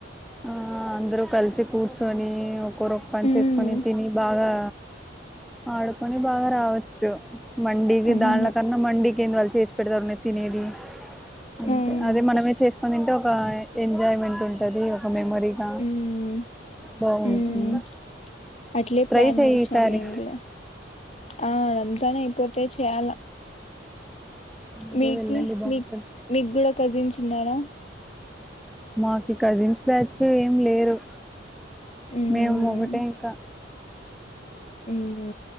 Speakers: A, in the centre; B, on the left.
A: ఆ అందరుూ కలిసి కూర్చొనీ.. ఒకరోకు పని
B: మ్మ్.
A: చేసుకొని తిని బాగా ఆడుకొని బాగా రావచ్చు మండీది
B: అవును
A: దాల కన్న మండిీ కే దల్ చేసి పెడదావనే తినేది అంతే
B: అవునండి.
A: అది మనమే చేసుకుని దింటే ఒక ఎంజాయ్మెంట్ ఉంటది మెమరీగా
B: మ్మ్.
A: బాగుంది
B: మ్మ్. అట్లే
A: ట్రై
B: ప్లాన్
A: చెయి
B: వేసినాం
A: ఈసారి
B: మేము కూడా ఆ రంజాన్ అయిపోతే చేయాల
A: అదే
B: మీకి
A: వెళ్ళండి బాగుంటది
B: మీ మీకు గూడ కజిన్స్ ఉన్నారా
A: మాకు కజిన్స్ బ్యాచ్ ఏం లేరు
B: మ్మ్.
A: మేము మువ్వట ఇంకా
B: ఉ